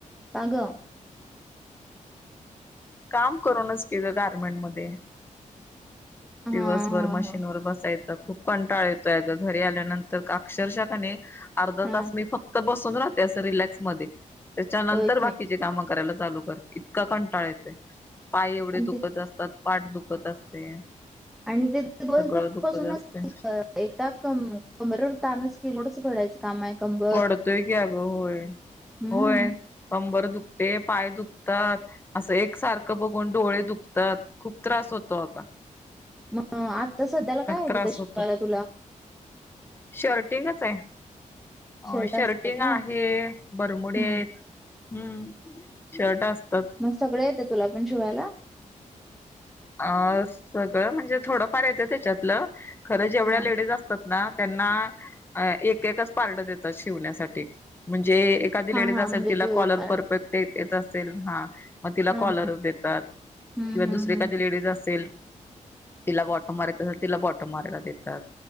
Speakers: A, in the centre; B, on the left (about 15°).
A: का ग?
B: काम करूनच की ग गार्मेंट मध्ये.
A: हा
B: दिवसभर
A: हा
B: मशीन
A: हा
B: वर बसायचं. खूप कंटाळा येतोय ग घरी आल्यानंतर अक्षरशः कनाय अर्धा तास
A: हा
B: मी फक्त बसून राहते, अस रिलॅक्स मध्ये त्याच्यानंतर
A: होय की
B: बाकी काम करायला चालू करते इतका कंटाळ येतोय. पाय एवढे
A: आणि ते
B: दुखत असतात. पाठ दुखत असते.
A: आणि ते दिवसभर
B: सगळं दुखत
A: बसूनच
B: असते
A: <unintelligible> एकटा क कमरवर तानच कि लोडच पडायच. काम आहे क <unintelligible>
B: पडतोय की अगं होय
A: हम्म
B: होय. कंबर दुखते, पाय दुखतात असं एक सारखं बघून डोळे दुखत तर खूप त्रास होतो अग.
A: अ आत्ता सध्याला काय आहे
B: त्रास
A: तिथं शिकवायला
B: होतो
A: तुला?
B: शर्टिंगच आहे.
A: शर्ट
B: अ शर्टिंग
A: असतात होय
B: आहे बरमुडे
A: हम्म
B: आहेत हम्म, शर्ट असतात.
A: सगळं येतंय तुला पण शिवायला?
B: अ सगळं म्हणजे थोडंफार येतं त्याच्यातलं खरं जेवढ्या
A: हा
B: लेडीज असतात. त्यांना एक एकच पार्ट देतात शिवण्यासाठी म्हणजे एखादी
A: हा
B: लेडीज
A: हा
B: असेल
A: म्हणजे
B: तिला
A: तू
B: कॉलर
A: एक पार्ट
B: परफेक्ट असेल तिला
A: हम्म
B: कॉलरच देतात
A: हम्म
B: मग
A: हम्म
B: दुसरी एखादी लेडीज असेल तिला बॉटम मारायच असेल तिला बॉटम मारायला देतात.